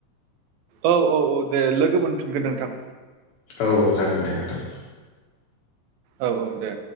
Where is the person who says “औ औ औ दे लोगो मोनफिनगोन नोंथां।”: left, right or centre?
Right